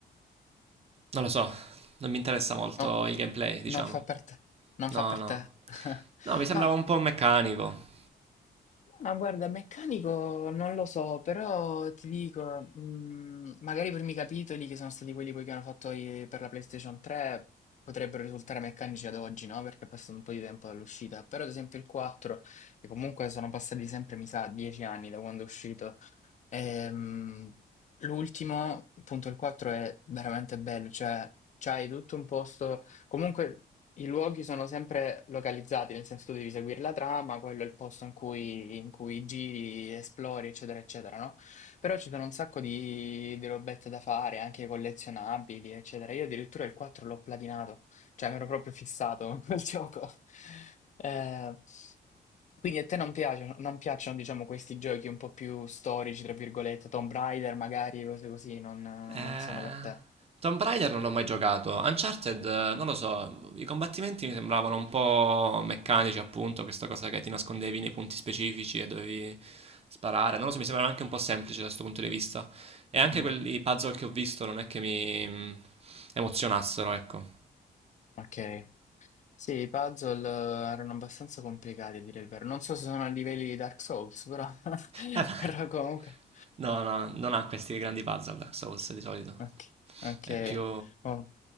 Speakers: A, on the right; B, on the left.
A: non lo so, non mi interessa molto
B: No,
A: il gameplay, diciamo.
B: non fa per te. Non
A: No,
B: fa per
A: no.
B: te. <laughs>
A: No, mi sembrava
B: Ma
A: un po' meccanico.
B: Ma guarda, meccanico non lo so, però ti dico, mh, magari i primi capitoli, che sono stati quelli poi che hanno fatto i- per la PlayStation 3, potrebbero risultare meccanici ad oggi, no? Perché è passato un po' di tempo dall'uscita. Però ad esempio il 4, che comunque sono passati sempre, mi sa, 10 anni da quando è uscito, Ehm, l'ultimo, il punto il 4, è veramente bello, cioè c'hai tutto un posto, comunque i luoghi sono sempre localizzati, nel senso tu devi seguire la trama, quello è il posto in cui, in cui giri, esplori, eccetera, eccetera, no? Però ci sono un sacco di, di robette da fare, anche collezionabili, eccetera. Io addirittura il 4 l'ho platinato. Cioè, mi ero proprio fissato con quel <laughs> gioco. Eh, quindi a te non piacciono, non piacciono, diciamo, questi giochi un po' più storici, tra virgolette, Tomb Raider, magari, cose così, non, non
A: Eh,
B: sono per te.
A: Tomb Raider non l'ho mai giocato. Uncharted, eh, non lo so, i combattimenti mi sembravano un po' meccanici, appunto, questa cosa che ti nascondevi nei punti specifici e dovevi sparare. Non lo so, mi sembrava anche un po' semplice da questo punto di vista. E anche
B: Mm,
A: quelli puzzle che ho visto non è che mi mm, emozionassero, ecco.
B: ok. Sì, i puzzle eh, erano abbastanza complicati, a dire il vero. Non so se sono a livelli di Dark Souls, però, <laughs>
A: Eh, ma-
B: però comunque...
A: no, no, non ha questi grandi puzzle Dark Souls di solito.
B: Ok, ok.
A: È più
B: Oh,